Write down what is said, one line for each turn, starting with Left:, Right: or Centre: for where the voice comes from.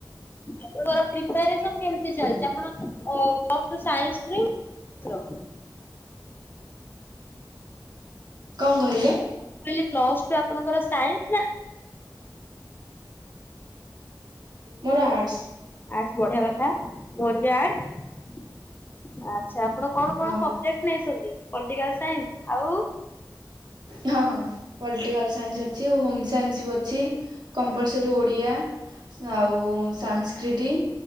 Left: ଆପଣଙ୍କର ପ୍ରିପାରେସନ୍ କେମତି ଚାଲିଚି ଆପଣ ପ୍ଲସ୍ ଟୁ ସାଇନ୍ସ ରେ? ତ୍ର
Right: କଣ କହିଲେ
Left: ମୁଁ କହିଲି ପ୍ଲସ ଟୁ ଆପଣଙ୍କର ସାଇନ୍ସ ନା।
Right: ମୋର ଆର୍ଟସ୍।
Left: ଆର୍ଟସ୍ ବଢିଆ କଥା ମୋର ବି ଆର୍ଟସ୍ ଆଛା ଆପଣ। କଣ କଣ
Right: ଅ
Left: ସବଜେକ୍ଟ ନେଇଛନ୍ତି ପଲିଟିକାଲ ସାଇନ୍ସ ଆଉ?
Right: ହଁ ହଁ ପଲିଟିକାଲ ସାଇନ୍ସ ଅଛି ହୋମ ସାଇନ୍ସ ବି ଅଛି। କମ୍ପଲସରୀ ଓଡ଼ିଆ ଆଉ ସାନ୍ସକ୍ରିଟି